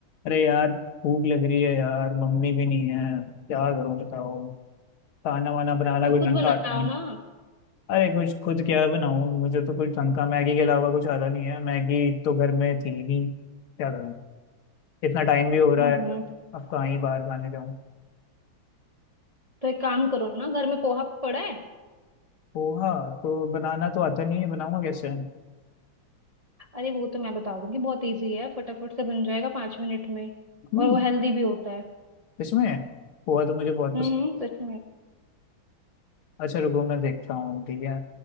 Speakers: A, on the left (about 85°); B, on the right (about 30°).
A: अरे यार भूख लग रही है यार मम्मी भी नहीं है क्या करूं बताओ खाना वाना बनाना
B: तो
A: कुछ
B: खुद
A: ढंग
B: बनाओ
A: का आता नहीं
B: ना
A: अरे कुछ खुद क्या बनाऊं मुझे तो कुछ ढंग का मैगी के अलावा कुछ आता नहीं है मैगी तो घर में थी नहीं क्या करूं इतना टाइम भी हो रहा
B: हम्म
A: है अब अब कहाँ ही बाहर खाने जाऊं
B: तो एक काम करो ना घर में पोहा पड़ा है
A: पोहा तो बनाना तो आता नहीं है बनाऊंगा कैसे
B: अरे वो तो मैं बता दूंगी बहुत इजी है फटाफट से बन जाएगा पांच मिनट में
A: हम्म
B: और वो हेल्दी भी होता है
A: इसमें पोहा तो मुझे बहुत
B: हम्म
A: पसंद
B: सच में
A: अच्छा रुको मैं देखता हूँ ठीक है